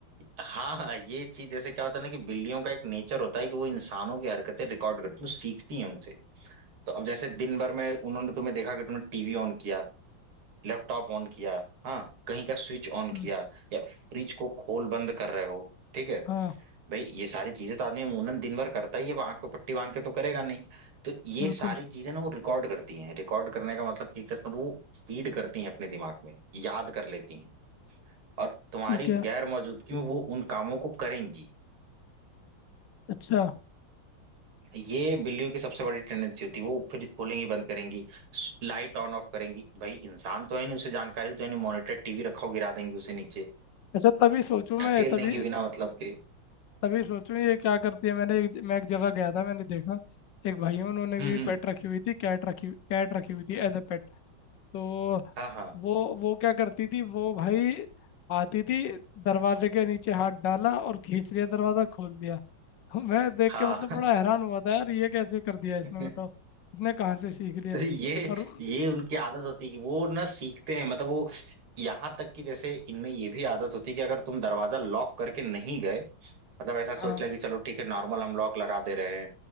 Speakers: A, on the right; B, on the left.
A: हाँ हाँ, ये चीज जैसे क्या होता है ना कि बिल्लियों का एक नेचर होता है कि वो इंसानों की हरकतें रिकॉर्ड करती हैं वो सीखती हैं उनसे तो अब जैसे दिन भर में उन्होंने तुम्हें देखा कि तुमने टीवी ऑन किया लैपटॉप ऑन किया हाँ कहीं का स्विच ऑन
B: हम्म,
A: किया या फ्रिज को खोल बंद कर रहे हो ठीक है
B: हाँ
A: भाई ये सारी चीजें तो आदमी अमूमन दिन भर करता ही है अब आंख पे पट्टी बांध के तो करेगा नहीं तो ये
B: बिल्कुल
A: सारी चीजें ना वो रिकॉर्ड करती हैं रिकॉर्ड करने का मतलब कि एक तरह से वो फीड करती हैं अपने दिमाग में याद कर लेती हैं और तुम्हारी
B: ठीक है
A: गैर मौजूदगी में वो उन कामों को करेंगी
B: अच्छा
A: ये बिल्लियों की सबसे बड़ी टेंडेंसी होती है वो फ्रिज खोलेंगी बंद करेंगी लाइट ऑन ऑफ करेंगी भाई इंसान तो है नहीं उसे जानकारी तो है नहीं मॉनिटर टीवी रखा हो गिरा देंगी उसे नीचे
B: अच्छा तभी सोचूं मैं
A: ढकेल
B: तभी
A: देंगी बिना मतलब के
B: तभी सोचूं ये क्या करती है मैंने एक- मैं एक जगह गया था मैंने देखा एक भाई है, उन्होंने
A: हम्म
B: भी पेट
A: हम्म
B: रखी हुई थी कैट रखी कैट रखी हुई थी एज अ पेट तो
A: हाँ हाँ
B: वो वो क्या करती थी वो भाई आती थी दरवाजे के नीचे हाथ डाला और खींच लिया दरवाजा खोल दिया <laughs> तो मैं देख
A: हाँ
B: के मतलब बड़ा हैरान हुआ था यार ये कैसे कर दिया इसने
A: <laughs>
B: बताओ
A: <laughs>
B: इसने कहाँ से सीख लिया
A: तो ये
B: और
A: ये उनकी आदत होती है कि वो ना सीखते हैं मतलब वो यहाँ तक कि जैसे इनमें ये भी आदत होती है कि अगर तुम दरवाजा लॉक करके नहीं गए मतलब ऐसा सोच
B: हाँ
A: लिया कि चलो ठीक है नॉर्मल हम लॉक लगा दे रहे हैं